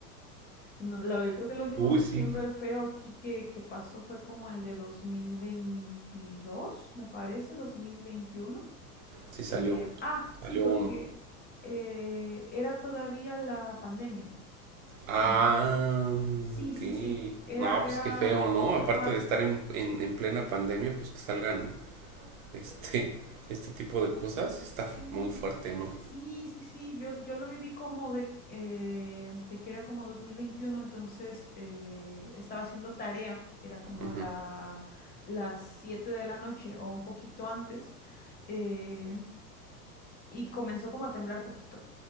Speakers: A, on the left (about 20°); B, on the right (about 65°).
A: no, la- yo creo que el último
B: Uy,
A: septiembre
B: sí,
A: feo aquí que, que pasó fue como el de 2022 me parece, 2021.
B: Sí salió,
A: Eh, ah, sí,
B: salió
A: porque
B: uno.
A: eh, era todavía la pandemia.
B: Ah,
A: En- sí,
B: ok.
A: sí, sí, era,
B: No,
A: era,
B: pues qué feo, ¿no?
A: ajá,
B: Aparte de estar en, en, en plena pandemia, pues que salgan este, <laughs> este tipo de cosas, está
A: Sí,
B: muy fuerte, ¿no?
A: sí, sí, sí, yo, yo lo viví como de, eh, de que era como 2021. entonces eh, estaba haciendo tarea, era como
B: Ujú,
A: la, las 7 de la noche o un poquito antes, eh, y comenzó como a temblar poquito.